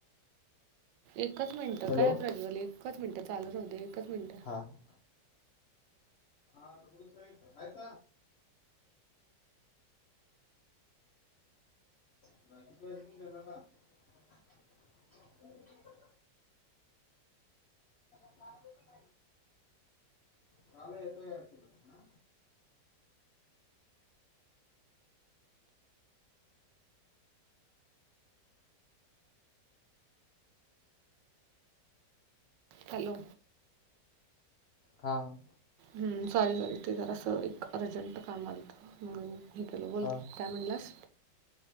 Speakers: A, on the right (about 85°); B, on the left (about 75°).
A: एकच मिनटं
B: हॅलो
A: काय प्रज्वल एकच मिनटं चालू राहू दे एकच मिनटं.
B: आ हा. <unintelligible> Hi sir. <unintelligible> <unintelligible> चावलं येतोय <unintelligible> हा.
A: हॅलो.
B: हा हा.
A: हम्म सॉरी सॉरी ते जरा असं एक अर्जंट काम आलतं म्हणून हेकलो बोल
B: हा
A: की काय म्हणलंस?